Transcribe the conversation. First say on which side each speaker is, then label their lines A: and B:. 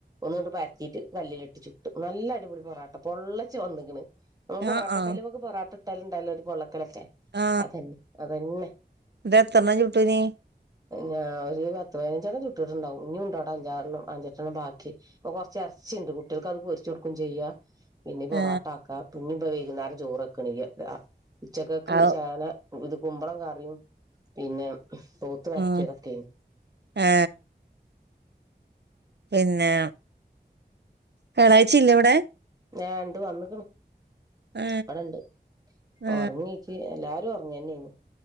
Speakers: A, on the right (about 20°); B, on the right (about 80°).
A: ഒന്ന് ഇങ്ങോട്ട് പരത്തിട്ട് കല്ലിൽ ഇട്ടിച്ചിട്ട് നല്ല നല്ല അടിപൊളി പൊറോട്ട പൊളളച്ച് വന്നിങ്ങണ്. നമ്മള്
B: ആ
A: പൊറാട്ടക്കല്ലിമേക്ക്
B: ആ
A: പൊറാട്ട ഇട്ടാല്‌ ഉണ്ടല്ലോ ഒരു പൊള്ളക്കലൊക്കെ
B: ആ
A: അതന്നെ അതന്നെ
B: ഇത് എത്രണ്ണം ചുട്ടൂനി
A: ഞാ ഒരു പത്ത് പതിനഞ്ചെണ്ണം ചു ട്ടിട്ടുണ്ടാവും, ഇനി ഉണ്ടവിടെ അഞ്ചാറെണ്ണം അഞ്ചെട്ടെണ്ണം ബാക്കി കൊറച്ച് എറ ചിണ്ട് കുട്ടികൾക്ക് അത് പൊരിച്ചു കൊടുക്കും ചെയ്യ പിന്നെ പൊറോട്ട
B: ആ
A: ആക്ക പിന്നെണ്ടാ വൈകുന്നേരം ചോറ് ആകണ്ണില്ല ഉച്ചകേക്കും
B: ഔ
A: ശഗലം ഇത് കുമ്പളം കറിയും, പിന്നെ പോത്ത് വരട്ടിയത്
B: ഉം
A: ഒക്കെയാണ്.
B: ആ പിന്നെ വ്യാഴാഴ്ച ഇല്ല ഇവിടെ?
A: ഞാണ്ട് വന്നികിണ്
B: ആ
A: അവിടെ ഇണ്ട്
B: ആ
A: ഉറങ്ങിക്ക് എല്ലാരും ഉറങ്ങി തന്നെയാണ്.